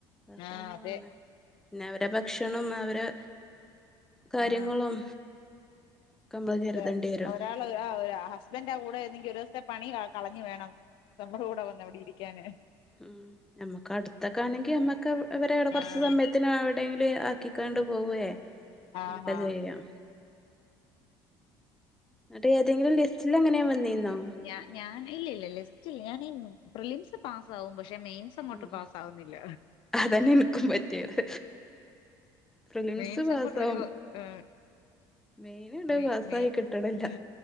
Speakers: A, in the centre; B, on the left.
A: പിന്ന
B: ആഹ് അതെ
A: അവര ഭക്ഷണം അവര് കാര്യങ്ങളും
B: ആഹ്
A: ഒക്കെ നമ്മള് കരുതേണ്ടി
B: അതെ
A: വരും
B: ഒരാള് ആ ഹസ്ബന്റാ കൂട വെര്ന്നെങ്കി ഒര് ദോസത്തെ പണി കള കളഞ്ഞ് വേണം നമ്മട കൂട വന്ന് അവ്ടിരിക്കാന്
A: ആഹ് ഞമ്മക്ക് അടുത്തെക്ക ആണെങ്കി ഞമ്മക്ക് ഇവരെട കൊറച്ച്
B: ആഹ്
A: സമയത്തിന് അ എവിടെങ്കിലും ആക്കിക്കാണ്ട് പോവ്വേ
B: ആഹ്
A: നിനക്കത് ചെയ്യാം അതെ ഏതെങ്കിലും ലിസ്റ്റിലെങ്ങനെ വന്നീന്നോ
B: ഞാ ഞാൻ ഇല്ലില്ല ലിസ്റ്റ്ല്ല ഞാനെ പ്രിലിംസ് പാസ്സാവും പക്ഷെ മെയിൻസ് അതങ്ങോട്ട്
A: ആഹ്
B: പാസ്സാവുന്നില്ല
A: അതന്നെ എനിക്കും പറ്റിയത് പ്രിലിംസ്
B: മെയിൻസ്
A: പാസ്സാവും
B: അങ്ങോട്ട് ഒരു ഉം
A: മെയിനണ്ട്
B: മെ
A: പാസ്സായി
B: മെ
A: കിട്ടണില്ല
B: ഉം